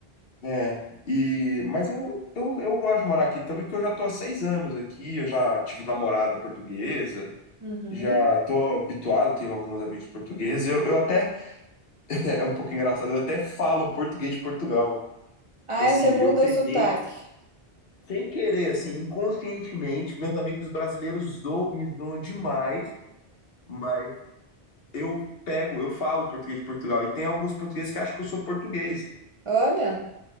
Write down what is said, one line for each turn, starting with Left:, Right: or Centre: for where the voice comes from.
Left: É, e, mas eu, eu, eu gosto de morar aqui também, porque eu já tô há seis anos aqui, eu já tive namorada portuguesa,
Right: Uhum.
Left: já tô habituado, tenho alguns amigos portugueses, eu, eu até, é é um pouco engraçado, eu até falo português de Portugal.
Right: Ah,
Left: Tipo assim,
Right: é, você muda
Left: eu peguei,
Right: o sotaque.
Left: sem querer, assim, inconscientemente, meus amigos brasileiros zo- me zoam demais, mas eu pego, eu falo português de Portugal, e tem alguns portugueses que acham que eu sou português.
Right: Olha,